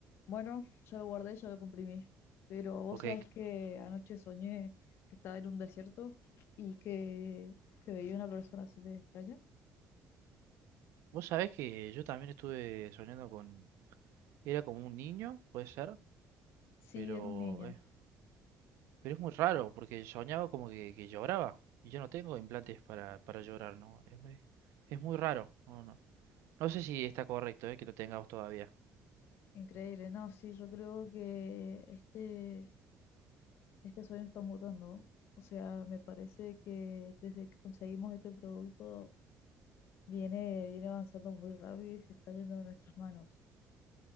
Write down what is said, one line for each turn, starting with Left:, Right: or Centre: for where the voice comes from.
Left: Bueno, ya lo guardé, ya lo comprimí. Pero vos
Right: Ok,
Left: sabés que anoche soñé que estaba en un desierto y que, que veía una persona así de extraña.
Right: vos sabés que yo también estuve soñando con... Era como un niño, puede ser,
Left: Sí,
Right: pero,
Left: era un niño.
Right: eh, pero es muy raro porque soñaba como que, que lloraba y yo no tengo implantes para, para llorar, ¿no? Es muy, es muy raro, no, no. No sé si está correcto, eh, que lo tengamos todavía,
Left: Increíble. No, sí, yo creo que este, este sueño está mutando. O sea, me parece que desde que conseguimos este producto viene, viene avanzando muy rápido y se está yendo de nuestras manos.